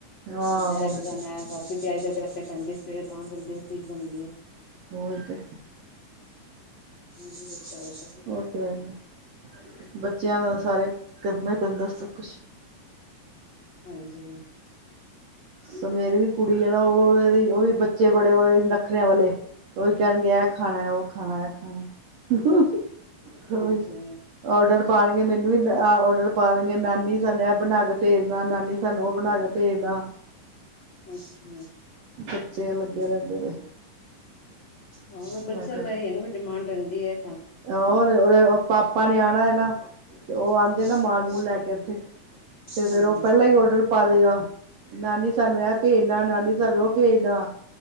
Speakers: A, on the right; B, on the left.
A: ਹਾਂ
B: ਅੱਜ ਇਹ
A: ਹੋਰ
B: ਲੈ ਕੇ ਜਾਣਾ
A: ਕੀ,
B: ਰਾਤੀ ਤਿਆਰੀ ਕਰਕੇ ਰੱਖਣੀ ਪੈਂਦੀ ਸਵੇਰੇ ਤਾਂ ਜਲਦੀ ਉਹ ਚੀਜ਼ ਬਣਦੀ ਐ।
A: ਓਈ ਤੇ।
B: ਮੂਵੀ ਦੇਖਤਾ ਰਹਿਤਾ ਹੈ।
A: ਉਹ ਤੇ ਹੈ ਬੱਚਿਆਂ ਨਾਲ ਸਾਰੇ ਕਰਨਾ ਹੀ ਪੈਂਦਾ ਸਭ ਕੁਝ।
B: ਹਾਂਜੀ।
A: ਸ ਮੇਰੀ ਵੀ ਕੁੜੀ ਐ ਨਾ ਓ ਉਦੇ ਉਹ ਵੀ ਬੱਚੇ ਬੜੇ ਓਦੇ ਨਖਰਿਆਂ ਵਾਲੇ ਉਹੀ ਕਹਿਣਗੇ, ਇਹ ਖਾਣਾ, ਉਹ ਖਾਣਾ, ਇਹ ਖਾਣਾ
B: ਹਾਂਜੀ
A: ਉਹੀ। ਆਰਡਰ ਪਾਣਗੇ ਮੈਨੂੰ ਵੀਹ ਆਰਡਰ ਪਾ ਦੇਣਗੇ ਨਾਨੀ ਸਾਨੂੰ ਇਹ ਬਣਾ ਕੇ ਭੇਜਣਾ ਨਾਨੀ। ਤੁਹਾਨੂੰ ਉਹ ਬਣਾ ਕੇ ਭੇਜਦਾ।
B: ਅੱਛਾ।
A: ਬੱਚੇ ਲੱਗੇ ਰਹਿੰਦੇ ਨੇ।
B: ਹਾਂ ਬੱਚਾ
A: ਮੈਂ ਕਿਹਾ
B: ਦਾ ਹੀ ਐ ਨਾ ਵੀ ਡਿਮਾਂਡ ਹੁੰਦੀ ਐ।
A: ਹੋਰ ਪਾਪਾ ਨੇ ਆਉਣਾ ਐ ਨਾ ਤੇ ਉਹ ਆਉਂਦੇ
B: ਅੱਛਾ
A: ਨਾ ਮਾਲ ਮੂਲ ਲੈ ਕੇ ਉੱਥੇ। ਤੇ ਫੇਰ
B: ਹਾਂਜੀ
A: ਉਹ ਪਹਿਲਾਂ ਈ ਓਡਰ ਪਾ ਦੇਗਾ ਨਾਨੀ ਸਾਨੂੰ ਐ
B: ਅੱਛਾ
A: ਭੇਜਣਾ ਨਾਨੀ ਸਾਨੂੰ ਭੇਜਦਾ